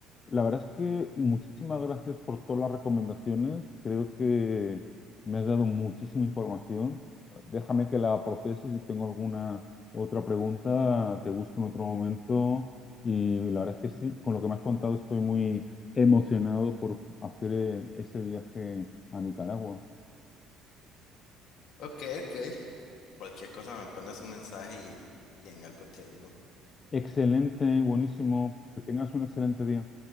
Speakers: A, on the left (about 35°); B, on the left (about 70°).
A: la verdad es que muchísimas gracias por todas las recomendaciones. Creo que me has dado muchísima información. Déjame que la procese y si tengo alguna otra pregunta, te busco en otro momento. Y la verdad es que sí, con lo que me has contado estoy muy emocionado por hacer eh, ese viaje a Nicaragua.
B: Ok, ok. Cualquier cosa me pones un mensaje y, y en algo te ayudo.
A: Excelente, buenísimo. Que tengas un excelente día.